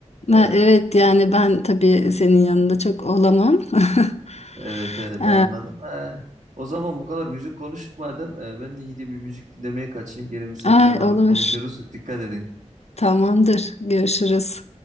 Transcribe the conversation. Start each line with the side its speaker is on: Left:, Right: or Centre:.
Left: Ha,
Right: Ee,
Left: evet yani ben tabii senin yanında çok olamam <laughs>
Right: Evet evet
Left: ee,
Right: anladım. Ee, o zaman bu kadar müzik konuştuk madem. Ee, ben de gidip bir müzik dinlemeye kaçayım. Gene müsait
Left: ay
Right: zamanda
Left: olur
Right: konuşuruz. Dikkat edin.
Left: tamamdır görüşürüz.